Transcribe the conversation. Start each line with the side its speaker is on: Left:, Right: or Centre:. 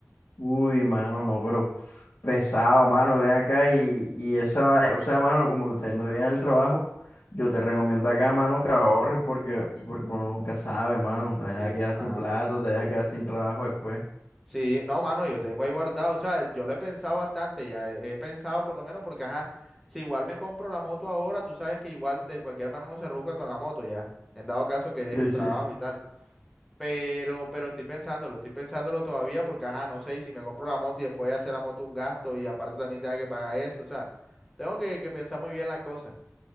Left: Uy, mano, no, pero pesado, mano, ven acá y, y esa, va- o sea, mano, como te está yendo bien en el trabajo, yo te recomiendo acá, mano, que ahorres porque, porque uno nunca sabe, mano, te deja
Centre: Sí,
Left: quedar
Centre: mano.
Left: sin plato, te deja quedar sin trabajo después.
Centre: Sí, no, mano, yo tengo ahí guardado. O sea, yo lo he pensado bastante, ya he, he pensado por lo menos porque, ajá, si igual me compro la moto ahora, tú sabes que igual de cualquier manera uno se rusca con la moto, ya, en dado caso que deje
Left: Sí,
Centre: el
Left: sí.
Centre: trabajo y tal. Pero, pero estoy pensándolo, estoy pensándolo todavía porque, ajá, no sé, y si me compro la moto y después voy a hacer la moto un gasto y aparte también tenga que pagar eso, o sea, tengo que, que pensar muy bien la cosa.